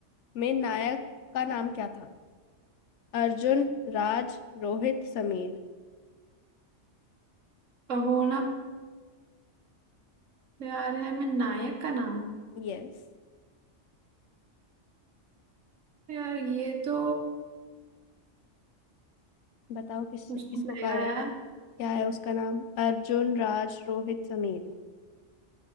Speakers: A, on the left; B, on the right.
A: में नायक का नाम क्या था अर्जुन राज रोहित समीर
B: कहो ना प्यार है मैं नायक का नाम
A: यस
B: यार ये तो
A: बताओ किस
B: सोचना
A: किसको
B: पड़ेगा
A: कहा जाता
B: यार
A: है क्या है उसका नाम अर्जुन राज रोहित समीर